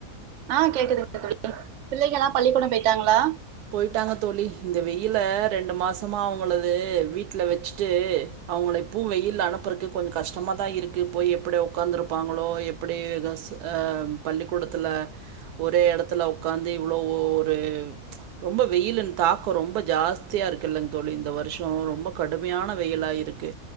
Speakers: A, on the right; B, on the right.
A: அ கேக்குதுங்க தோழி பிள்ளைகெல்லா பள்ளிக்கொடம் போயிட்டாங்களா
B: போயிட்டாங்க தோழி இந்த வெயில ரெண்டு மாசமா அவுங்களது வீட்டுல வெச்சிட்டு அவங்கள இப்பவு வெயில அனுப்புறக்கு கொஞ்சோ கஷ்டமாதா இருக்கு போய் எப்படி ஒட்காந்துருப்பாங்களோ எப்படி அ பள்ளிக்கூடத்துல ஒரே எடத்துல உகாந்து இவ்ளோ ஒரு ரொம்ப வெயிலான் தாக்கோ ரொம்ப ஜாஸ்தியா இருக்குல்லங் தோழி இந்த வருஷோ ரொம்ப கடுமையான வெயிலா இருக்கு